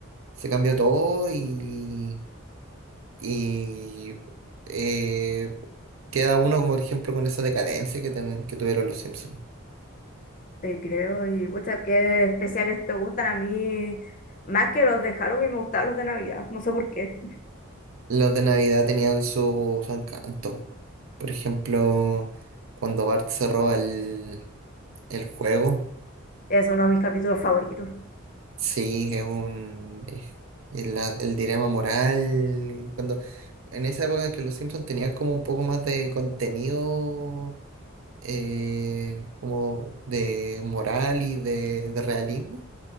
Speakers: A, on the right; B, on the left.
A: se cambió todo y, y eh, queda uno, como por ejemplo, con esa decadencia que, ten- que tuvieron los Simpsons.
B: te creo y pucha, qué especiales te gustan a mí, más que los de Halloween me gustaban los de Navidad, no sé por qué.
A: Los de Navidad tenían su, su encanto. Por ejemplo, cuando Bart se roba el, el juego.
B: Es uno de mis capítulos favoritos.
A: Sí, es un es- es la- el dilema moral. Cuando, en esa época que los Simpsons tenían como un poco más de contenido eh, como de moral y de, de realismo,